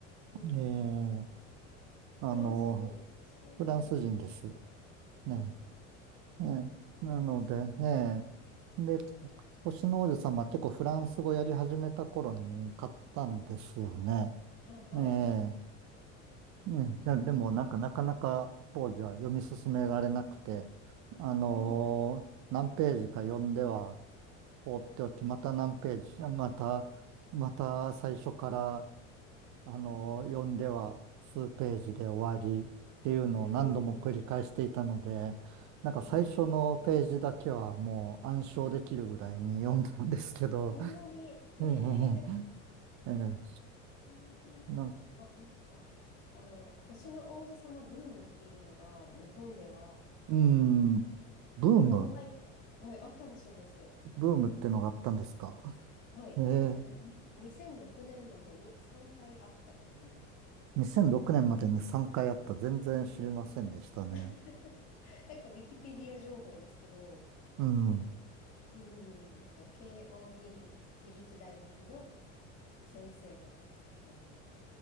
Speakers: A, on the left; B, on the right.
A: うんうんうん。
B: ええ、あのー
A: フランス人ですよね。
B: フランス人です。
A: うん。
B: ねええ、なので、
A: えーですね。
B: ねで、星の王子様は結構フランス語やり始めた頃に買ったんですよね。
A: あ、はい。
B: ええ、
A: うんうん。
B: ね、じゃあでもなんかなかなか当時は読み進められなくて、あのー何ページか読んでは
A: あ、はい。
B: 放っておき、また何ページ、また、また最初からあの、読んでは数ページで終わりっていうのを何度も繰り返していたので、
A: うん。
B: なんか最初のページだけはもう暗唱できるぐらいに
A: うんうん
B: <laughs> 読んだんですけど、
A: そんなに、<laughs> えー、
B: うんうんうん、え
A: <laughs> えー、
B: えなん、
A: あ、なんか、あの、星の王子様ブームっていうのが、日本では
B: うん、ブーム、
A: 何回か、はい、あったらしいです。
B: ブームってのがあったんですか。
A: はい。
B: ええ
A: なんかに、2006年までに3回あったという、
B: 2006年までに3回あった。全然知りませんでしたね。
A: <laughs> なんかウィキペディア情報ですけど、
B: うん、うん、
A: うん、なんか慶応義塾、義塾大学の先生が、なんか